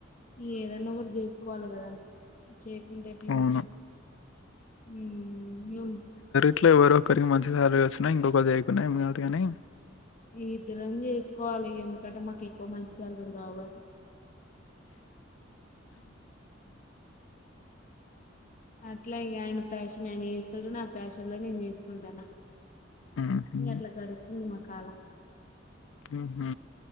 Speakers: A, on the left (about 40°); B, on the left (about 75°).
A: ఏదన్నా కూడా జేసుకోవాలి కదా చేకుంటే ఇట్లా
B: అవును.
A: ఉండం మ్మ్మ్మ్
B: ఇంట్లో ఎవరో ఒకరికి మంచి సాలరీ వచ్చిన ఇంకొకరు చేయకున్నా ఏం అనరు కానీ
A: ఇద్దరం జేసుకోవాలి ఎందుకంటే మాకు ఎక్కువ మంచి సాలరీలు రావాలి అ ఇట్లయ్ గాయన ప్యాషన్ ఆయన చేస్తడు నా ప్యాషన్లో నేను చేసుకుంటాను
B: ఉహు
A: ఇంక అట్ల గడుస్తుంది మా కాలం
B: మ్ హు